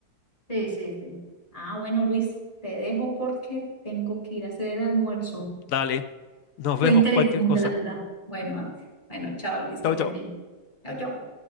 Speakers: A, on the left; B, on the left.
A: Sí, sí, sí. Ah, bueno, Luis, te dejo porque tengo que ir a hacer el almuerzo.
B: Dale, nos
A: Fue
B: vemos
A: interesante,
B: cualquier cosa.
A: la verdad. Bueno, ah, Bueno, chao Luis, que
B: Chao,
A: estés
B: chao.
A: bien. Chao, chao.